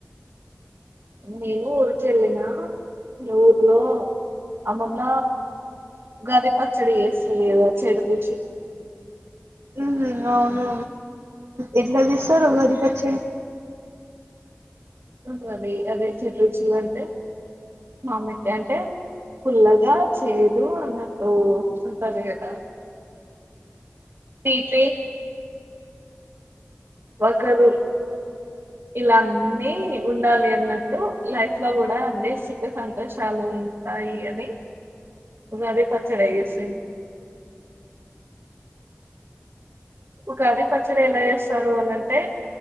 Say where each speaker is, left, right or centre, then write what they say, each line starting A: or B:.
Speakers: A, on the right; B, on the right.
A: నేను ఊరికేళ్ళిన మీ ఊర్లో అమ్మమ్మ ఉగాది పచ్చడి వేస్తేదా చెడు దూచ
B: హ్మ్ హు అవునా ఎట్లా దిస్తారు ఉగాది వచ్చడి
A: వస్తుంది కాద అదే చెట్ రుచులు అంటే మామటి అంటే ఫుల్లగా చేదు అన్నట్ంటంది కదా తీపి ఒకరు ఇలా అన్నీ ఉండాలి అన్నట్టు లైఫ్ లో కూడా అన్ని సుఖ సంతోషాలు ఉంటాయి అని ఉగాది పచ్చడి యేసింది ఉగాది పచ్చడి ఎలా చేస్తారు అనంటే